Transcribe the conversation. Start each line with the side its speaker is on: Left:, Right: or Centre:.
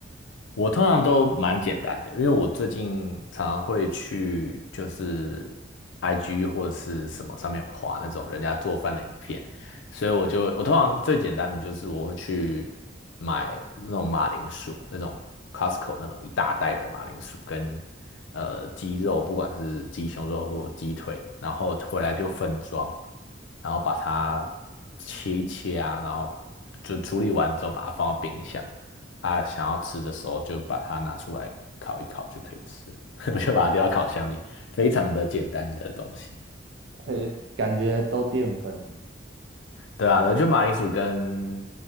Left: 我通常都蛮简单的，因为我最近常常会去就是 IG 或者是什么上面划那种人家做饭的影片，所以我就我通常最简单的就是我会去买那种马铃薯，那种 Costco 那种一大袋的马铃薯跟呃鸡肉，不管是鸡胸肉或鸡腿，然后回来就分装，然后把它切一切啊，然后就处理完之后把它放到冰箱。啊，想要吃的时候就把它拿出来烤一烤就可以吃，<laughs>
Right: <laughs> 哦
Left: 我就把它丢到烤箱里，非常的简单的东西。
Right: 呃，感觉都淀粉。
Left: 对啊，就马铃薯跟